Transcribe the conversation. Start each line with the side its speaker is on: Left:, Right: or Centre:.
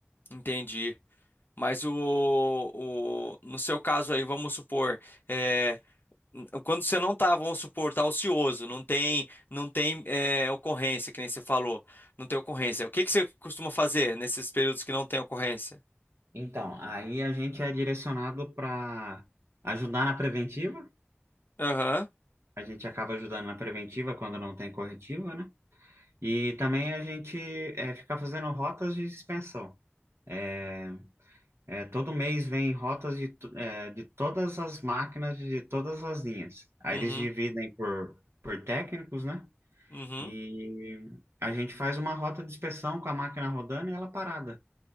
Left: Entendi. Mas o, o- no seu caso aí, vamos supor, é, n- quando você não tá, vamos supor, tá ocioso, não tem, não tem é, ocorrência, que nem você falou, não tem ocorrência. O que que você costuma fazer nesses períodos que não tem ocorrência?
Right: Então, aí a gente é direcionado para ajudar na preventiva.
Left: Aham.
Right: A gente acaba ajudando na preventiva quando não tem corretiva, né? E também a gente é, fica fazendo rotas de suspensão. É, é, todo mês vem rotas de, tu- é, de todas as máquinas, de todas as linhas. Aí
Left: Uhum.
Right: eles dividem por, por técnicos, né?
Left: Uhum.
Right: E a gente faz uma rota de inspeção com a máquina rodando e ela parada.